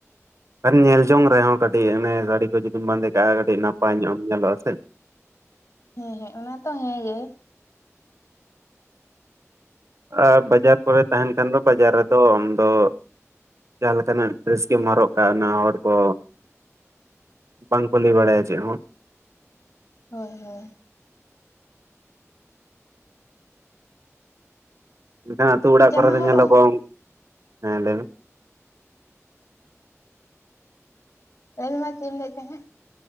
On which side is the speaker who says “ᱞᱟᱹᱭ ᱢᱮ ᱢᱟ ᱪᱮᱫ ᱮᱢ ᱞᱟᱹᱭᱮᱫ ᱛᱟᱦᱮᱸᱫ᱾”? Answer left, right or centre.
Left